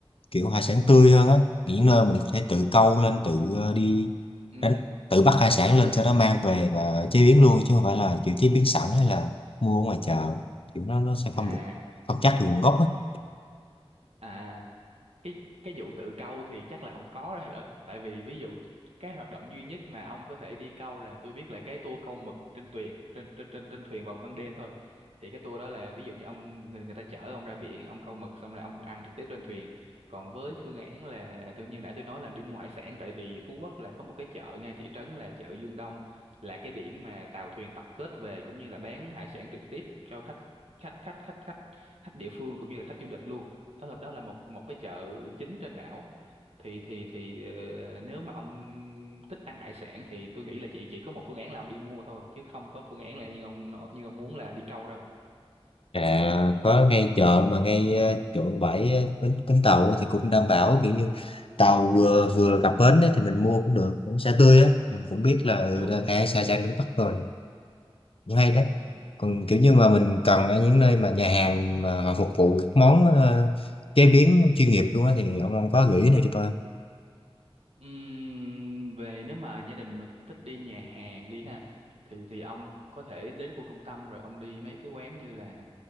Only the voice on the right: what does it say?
ừ
à
n-
à cái cái vụ tự câu thì chắc là không có rồi đó <laughs> tại vì ví dụ cái hoạt động duy nhất mà ông có thể đi câu là tôi biết là cái tour câu mực trên thuyền trên trên trên trên thuyền vào ban đêm thôi thì cái tour đó là ví dụ như ông người, người ta chở ông ra biển ông câu mực xong rồi ông ăn trực tiếp trên thuyền còn với phương án là tôi như nãy tôi nói là đi mua hải sản tại vì Phú Quốc là có một cái chợ ngay thị trấn là chợ Dương Đông là cái điểm mà tàu thuyền tập kết về cũng như là bán hải sản trực tiếp cho khách khách khách khách khách khách địa phương cũng như là khách du lịch luôn đó là đó là một một cái chợ chính trên đảo thì thì thì ờ, nếu mà ông thích ăn hải sản thì tôi nghĩ là chỉ chỉ có một phương án là ông đi mua thôi chứ không có phương án là như ông nói như ông muốn là đi câu đâu
ừ
đúng
đúng
đúng
Ừm, về nếu mà gia đình mà thích đi nhà hàng đi ha thì thì ông có thể đến khu trung tâm rồi ông đi mấy cái quán như là